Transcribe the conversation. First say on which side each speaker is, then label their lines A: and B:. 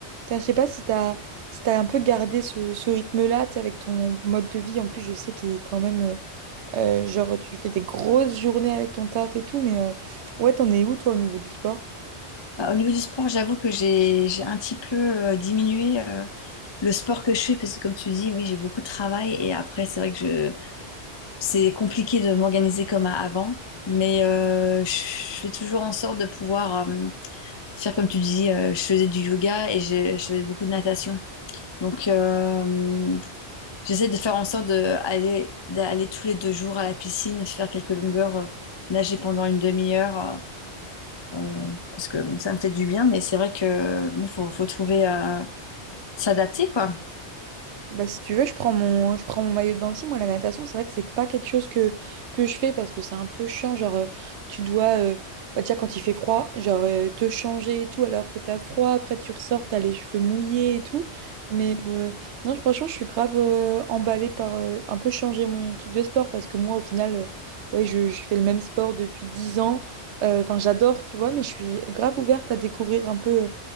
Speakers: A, on the right; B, on the left.
A: Putain, Je sais pas si t'as, si t'as un peu gardé ce, ce rythme-là, tu sais, avec ton mode de vie. En plus, je sais qu'il est quand même, euh, euh, genre, tu fais des grosses journées avec ton taf et tout, mais euh, ouais, t'en es où, toi, au niveau du sport?
B: Bah, au niveau du sport, j'avoue que j'ai j'ai un petit peu euh, diminué euh, le sport que je fais parce que comme tu dis, oui, j'ai beaucoup de travail et après c'est vrai que je c'est compliqué de m'organiser comme à- avant, mais euh, je je fais toujours en sorte de pouvoir euh, faire comme tu dis, euh, je faisais du yoga et j'ai- je faisais beaucoup de natation. Donc euh, j'essaie de faire en sorte d'aller d'aller tous les deux jours à la piscine, faire quelques longueurs, euh, nager pendant une demi-heure. euh, euh, parce que bon, ça me fait du bien, mais c'est vrai que bon, faut, faut trouver à s'adapter, quoi.
A: Bah, si tu veux, je prends mon, je prends mon maillot de bain aussi. Moi, la natation, c'est vrai que c'est pas quelque chose que, que je fais parce que c'est un peu chiant. Genre, euh, tu dois, euh, bah, déjà quand il fait froid, genre euh, te changer et tout alors que t'as froid. Après, tu ressors, t'as les cheveux mouillés et tout. Mais euh, non, franchement, je suis grave euh, emballée par euh, un peu changer mon truc de sport parce que moi, au final, euh, ouais, je, je fais le même sport depuis 10 ans. Euh, Enfin, j'adore, tu vois, mais je suis grave ouverte à découvrir un peu euh,